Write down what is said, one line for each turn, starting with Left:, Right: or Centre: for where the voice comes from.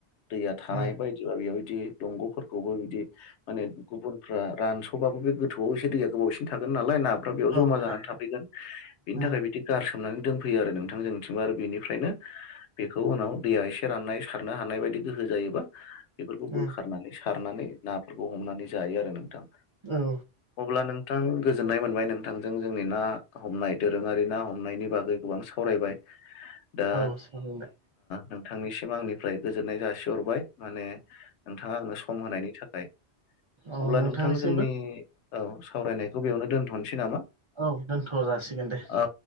Left: दैया थानाय
Right: उम
Left: बायदि बेयावदि दंग'फोर खौबो बिदि माने गुबुनफ्रा रानस'बाबो बे गोथौआव एसे दैया गोबावसिन थागोन नालाय ना फ्रा बेयाव
Right: औ
Left: जमा जानानै
Right: थायो
Left: थाफैगोन बिनि
Right: उम
Left: थाखाय बि गारसोमनानै दोनफैयो आरो नोंथां जोंनिथिं आरो बेनिफ्रायनो बेखौ उनाव दैया एसे राननाय सारनो हानाय बायदि गोहो जायोबा बेफोरखौ बोखारनानै
Right: उम
Left: सारनानै नाफोरखौ हमनानै जायो आरो नोंथां
Right: औ
Left: अब्ला नों थां गोजोननाय मोनबाय नोंथांजों जोंनि ना हमनाय दोरोङारि ना हमनायनि बागै गोबां सावरायबाय दा
Right: औ साबायना
Left: नोंथांनिसिम आंनिफ्राय गोजोननाय जासिहरबाय माने नोंथाङा आंनो सम होनायनि थाखाय
Right: औ
Left: अब्ला
Right: नोंथांनिसिमबो
Left: नोंथां जोंनि औ सावरायनायखौ बेयावनो दोनथ'नोसै नामा
Right: औ दोनथ' जासिगोन दे
Left: औ